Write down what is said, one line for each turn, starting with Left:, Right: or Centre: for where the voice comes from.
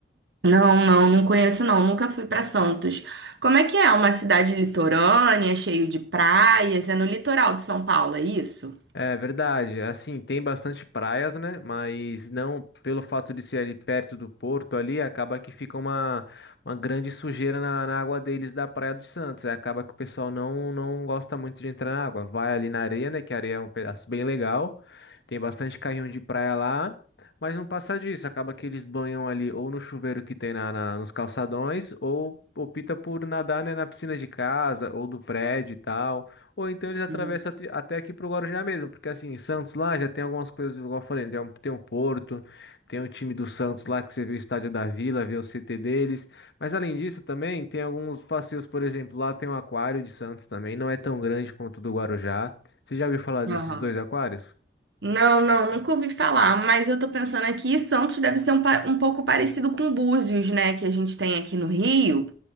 Right: Não, não, não conheço não, nunca fui pra Santos. Como é que é? Uma cidade litorânea, cheio de praias, é no litoral de São Paulo, é isso?
Left: É verdade. Assim, tem bastante praias, né? Mas não pelo fato de ser ali perto do porto ali, acaba que fica uma, uma grande sujeira na, na água deles da Praia dos Santos. Aí Acaba que o pessoal não, não gosta muito de entrar na água. Vai ali na areia, né? Que a areia é um pedaço bem legal. Tem bastante carrinho de praia lá. Mas não passa disso. Acaba que eles banham ali ou no chuveiro que tem na, na- nos calçadões, ou opta por nadar, né, na piscina de casa ou do prédio e tal. Ou então eles atravessam
Right: Uhum.
Left: ati- até aqui pro Guarujá mesmo, porque assim, em Santos lá já tem algumas coisas, igual eu falei, né? tem um, tem um Porto, tem o time do Santos lá que você vê o estádio da Vila, vê o CT deles. Mas além disso também tem alguns passeios, por exemplo, lá tem um Aquário de Santos também, não é tão grande quanto o do Guarujá. Você já ouviu falar desses
Right: Aham.
Left: dois aquários?
Right: Não, não, nunca ouvi falar, mas eu tô pensando aqui, Santos deve ser um, pa- um pouco parecido com Búzios, né, que a gente tem aqui no Rio,